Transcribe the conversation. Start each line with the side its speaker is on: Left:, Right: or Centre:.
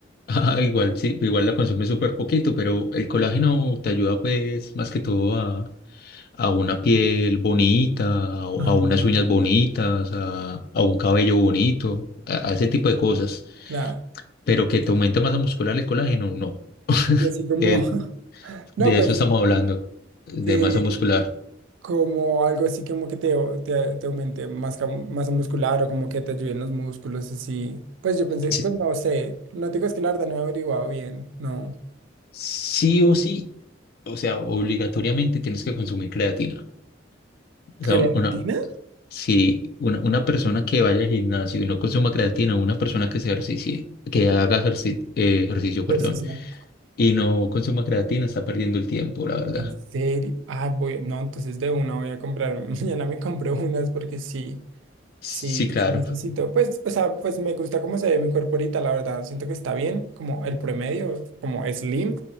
Left: Ah, igual, sí, igual la consumes súper poquito, pero el colágeno te ayuda pues más que todo a, a una piel bonita, a, a
Right: Ah,
Left: unas uñas bonitas, a, a un cabello bonito, a a ese tipo de cosas.
Right: claro.
Left: pero que te aumenta masa muscular el colágeno, no. <laughs>
Right: Y así como,
Left: Eh,
Right: <laughs> no,
Left: de
Right: pues
Left: eso estamos hablando, de
Right: eh,
Left: masa muscular.
Right: como algo así como que te, au- te, te aumente masa, masa muscular o como que te ayuden los músculos, así. Pues yo pensé,
Left: Sí,
Right: pues no sé, no te digo es que la verdad no he averiguado bien, no.
Left: sí o sí, o sea, obligatoriamente tienes que consumir creatina.
Right: ¿Creatina?
Left: O sea, un- una, si una, una persona que vaya al gimnasio y no consuma creatina, una persona que se ejercicie, que haga ejerci- eh, ejercicio,
Right: Ejercicio.
Left: perdón, y no consuma creatina, está perdiendo el tiempo, la verdad.
Right: ¿En serio? Ah, voy, no, entonces de una voy a comprar, <laughs> mañana me compré unas porque sí.
Left: Sí,
Right: Sí,
Left: claro.
Right: sí necesito. Pues, o sea, pues me gusta cómo se ve mi cuerpo ahorita, la verdad. Siento que está bien, como el promedio, como slim,